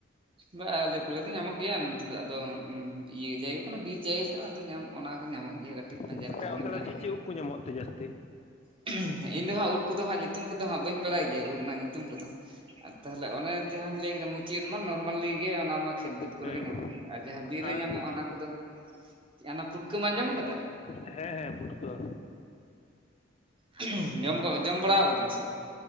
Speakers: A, on the right; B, on the left.
A: ᱵᱟ ᱟᱞᱮ ᱠᱚᱨᱮ ᱫᱚ ᱧᱟᱢᱚᱜ ᱜᱮᱭᱟ ᱱᱚᱱᱛᱮ ᱫᱚ ᱟᱫᱚ ᱩᱸ ᱤᱭᱟᱹ ᱡᱟᱭᱜᱟ ᱠᱟᱱᱟ ᱵᱤᱨ ᱡᱟᱭᱜᱟ ᱠᱟᱱᱟ, ᱟᱫᱚ ᱧᱟᱢ ᱚᱱᱟ ᱫᱚ ᱧᱟᱢᱚᱜ ᱜᱮᱭᱟ ᱠᱟᱹᱴᱤᱡ᱾ ᱯᱟᱸᱡᱟ
B: ᱜᱚᱝᱠᱮ
A: ᱞᱮᱠᱷᱟᱱ
B: ᱟᱞᱮ ᱚᱱᱛᱮ
A: ᱜᱮᱢ
B: ᱫᱚ
A: ᱧᱟᱢᱟ
B: ᱪᱮᱫ ᱪᱮᱫ ᱩᱜ ᱠᱚ ᱧᱟᱢᱚᱜ ᱛᱮ ᱡᱟᱹᱥᱛᱤ?
A: <unintelligible> ᱤᱧ ᱫᱚ ᱦᱟᱸᱜ ᱩᱫ ᱠᱚᱫᱚ ᱦᱟᱸᱜ ᱧᱩᱛᱩᱢ ᱠᱚᱫᱚ ᱦᱟᱸᱜ ᱵᱟᱹᱧ ᱵᱟᱲᱟᱭ ᱜᱮᱭᱟ ᱩᱫ ᱨᱮᱱᱟᱜ ᱧᱩᱛᱩᱢ ᱠᱚᱫᱚ, ᱟᱨ ᱛᱟᱦᱚᱞᱮ ᱚᱱᱮ ᱡᱟᱦᱟᱸᱧ ᱞᱟᱹᱭ ᱠᱮᱫᱟ ᱢᱩᱪᱤ ᱩᱫ ᱢᱟᱱ ᱱᱚᱨᱢᱟᱹᱞᱤ ᱜᱮ ᱚᱱᱟ ᱢᱟ ᱠᱷᱮᱛ ᱵᱟᱹᱫᱽ ᱠᱚᱨᱮ
B: ᱦᱮᱸ
A: ᱜᱮ ᱧᱟᱢᱚᱜ ᱜᱮᱭᱟ ᱟᱨ ᱡᱟᱦᱟᱸ ᱵᱤᱨ
B: ᱟᱨ
A: ᱨᱮ ᱧᱟᱢᱚᱜᱼᱟ ᱚᱱᱟ ᱠᱚᱫᱚ ᱪᱮᱜ ᱟᱱᱟ ᱯᱷᱩᱴᱠᱟᱹᱢ ᱟᱸᱡᱚᱢ ᱟᱠᱟᱫᱟ?
B: ᱦᱮᱸ ᱦᱮᱸ ᱯᱩᱴᱠᱟᱹ᱾
A: <unintelligible> ᱡᱚᱢ ᱠᱚ ᱡᱚᱢ ᱵᱟᱲᱟ ᱟᱠᱟᱫᱟᱢ ᱥᱮ ᱵᱟᱝ?